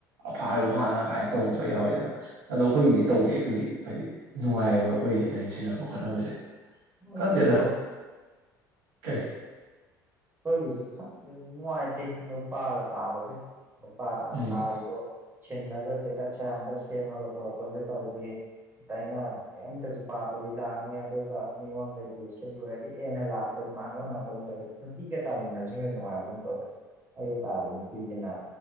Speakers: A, on the right (about 65°); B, on the right (about 20°).
A: ꯐꯥꯁꯨ ꯐꯥꯅ ꯀꯥꯏꯅ ꯇꯧꯕꯧꯕ ꯌꯥꯎꯋꯤꯗꯅ ꯑꯗꯣ ꯑꯩꯈꯣꯏꯒꯤꯗꯤ ꯇꯧꯗꯦ ꯑꯗꯨꯏꯗꯤ ꯍꯥꯏꯗꯤ ꯅꯨꯡꯉꯥꯏꯑꯕ ꯑꯩꯈꯣꯏꯗꯤ ꯑꯗꯨꯃꯥꯏꯩꯅ ꯁꯤꯟꯅꯕ ꯈꯣꯠꯅꯕꯁꯦ
B: ꯃꯣꯏꯒꯤꯁꯨ
A: ꯀꯪꯗꯗ ꯀꯥꯏ
B: ꯍꯣꯏꯒꯤꯁ ꯅꯨꯡꯉꯥꯏꯇꯦ ꯅꯨꯄꯥꯒ ꯇꯥꯕꯁꯦ ꯄꯔ ꯂꯥꯛ
A: ꯎꯝ
B: ꯇꯥꯔꯤꯗꯣ ꯁꯤꯟꯅꯕ ꯆꯩꯀꯠ ꯁꯦꯔꯥꯟꯒ ꯁꯦꯝꯃꯒ ꯄꯨꯔꯛꯄꯁꯨ ꯇꯧꯗꯦ ꯑ ꯑꯩꯅ ꯀꯔꯤꯝꯇꯁꯨ ꯄꯥꯕꯕꯤ ꯂꯥꯛꯅꯤ ꯑꯗꯨꯒ ꯃꯤꯉꯣꯟꯗꯒꯤ ꯁꯤꯂꯨꯔꯒ ꯑꯦꯅ ꯂꯥꯛꯄ ꯏꯃꯥꯟꯅꯕ ꯉꯥꯛꯇꯧ ꯇꯧꯋꯦ ꯅꯨꯄꯤꯒ ꯇꯥꯃꯤꯟꯅꯕꯁꯨ ꯍꯦ ꯅꯨꯡꯉꯥꯏꯕ ꯇ꯭ꯔꯦ ꯇꯥꯔꯤ ꯅꯨꯄꯤꯁꯤꯅ